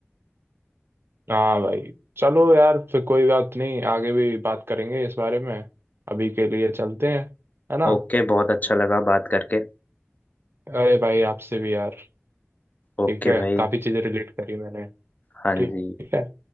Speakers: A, on the right (about 55°); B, on the left (about 35°).
A: हाँ भाई चलो यार फिर कोई बात नहीं आगे भी बात करेंगे इस बारे में अभी के लिए चलते हैं है ना
B: ओके बहुत अच्छा लगा बात करके
A: अरे भाई आपसे भी यार
B: ओके
A: ठीक है
B: भाई
A: काफी चीजें रिलेट करी मैंने
B: हाँ
A: ठीक
B: जी
A: है